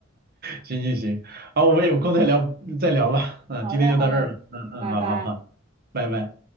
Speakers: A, on the right; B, on the right.
A: 行行行，好，我们有空再聊再聊吧。嗯，
B: 好嘞好嘞，
A: 今天就到这儿了。嗯嗯，
B: 拜拜。
A: 好好好，拜拜。